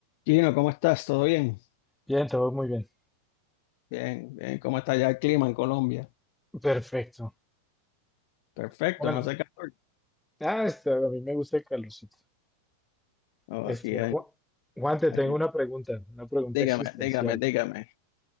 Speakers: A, on the left (about 45°); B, in the centre.
A: Gino, ¿cómo estás? ¿Todo bien?
B: Bien, todo muy bien.
A: Bien, bien. ¿Cómo está ya el clima en Colombia?
B: Perfecto.
A: Perfecto,
B: Juan,
A: no hace calor.
B: ah, este, a mí me gusta el calorcito.
A: No,
B: Este,
A: aquí, en-
B: Juan, Juan, te
A: aquí.
B: tengo una pregunta, una pregunta
A: Dígame,
B: existencial.
A: dígame, dígame.